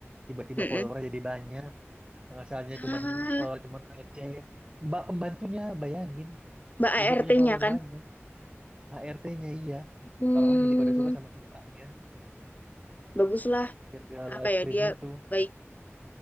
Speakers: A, on the right; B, on the left.
A: tiba-tiba
B: Mm-mm.
A: followernya jadi banyak yang asalnya
B: Ah,
A: cuman follower cuman receh mbak pembantunya bayangin
B: Mbak
A: jadi
B: ART-nya
A: punya follower
B: kan,
A: banyak HRT-nya iya
B: hmm,
A: orang-orang jadi pada suka sama si mbaknya
B: baguslah
A: gara-gara live
B: apa ya
A: stream
B: dia
A: itu
B: baik,